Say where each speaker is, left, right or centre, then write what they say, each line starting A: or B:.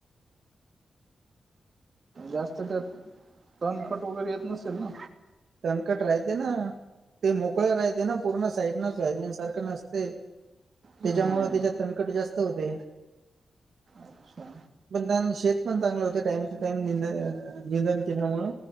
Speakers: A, on the right (about 50°); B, on the right (about 75°).
A: जास्त त्यात तनखट वगैरे येत नसेल ना?
B: तणखट राहते ना. ते मोकळ राहते ना, पूर्ण साईड न सोयाबीन सारखं नसते. त्याच्यामुळे
A: हम्म
B: त्याच्यात तणकट जास्त होते.
A: अच्छा!
B: पण शेत पण चांगलं होते टाइम टू टाइम नि <unintelligible> केल्यामुळ.